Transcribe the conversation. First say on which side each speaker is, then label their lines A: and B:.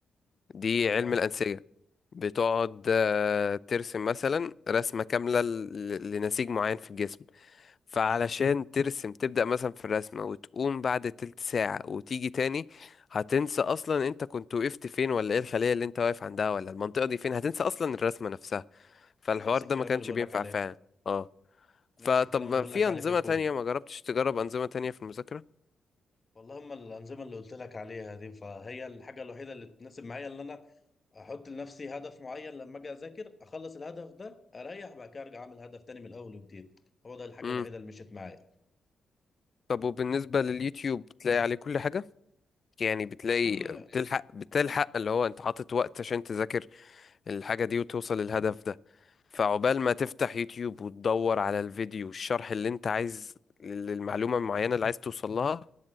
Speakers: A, on the left; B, on the left.
A: دي علم
B: اه
A: الأنسجة بتقعد آه، ترسم مثلا رسمة كاملة ل- لنسيج معين في الجسم فعلشان ترسم تبدأ مثلا في الرسمة وتقوم بعد تلت ساعة وتيجي تاني هتنسى أصلا أنت كنت وقفت فين ولا إيه الخلية اللي أنت واقف عندها ولا المنطقة دي فين هتنسى أصلا
B: نفس
A: الرسمة نفسها فالحوار
B: نفس
A: ده
B: الكلام
A: ما كانش
B: اللي بقول
A: بينفع
B: لك عليه
A: فعلا اه فطب
B: نفس الكلام
A: ما
B: اللي بقول
A: في
B: لك عليه
A: أنظمة
B: في الكودينج
A: تانية ما جربتش تجرب أنظمة تانية في المذاكرة؟
B: والله هم الانظمه اللي قلت لك عليها دي فهي الحاجه الوحيده اللي تناسب معايا اللي انا احط لنفسي هدف معين لما اجي اذاكر اخلص الهدف ده اريح بعد كده ارجع اعمل هدف تاني من الاول وجديد هو ده الحاجه
A: امم
B: الوحيده اللي مشيت معايا
A: طب وبالنسبة لليوتيوب بتلاقي عليه كل حاجة؟ يعني بتلاقي
B: مش كل
A: بتلحق بتلحق اللي هو أنت حاطط وقت عشان تذاكر الحاجة دي وتوصل للهدف ده فعقبال ما تفتح يوتيوب وتدور على الفيديو والشرح اللي انت عايز للمعلومة المعينة اللي عايز توصل لها